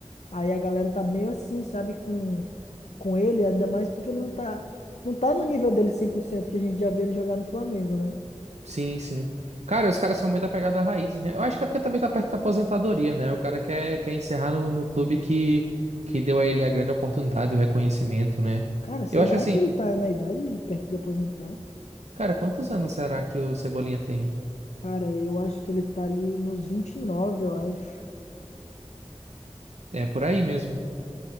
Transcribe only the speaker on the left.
Aí a galera tá meio assim, sabe, com, com ele, ainda mais porque ele não tá, não tá no nível dele 100% que a gente já viu ele jogar no Flamengo, né?
Cara, será
que ele tá na idade de perto de aposentar?
Cara, eu acho que ele tá ali nos 29, eu acho.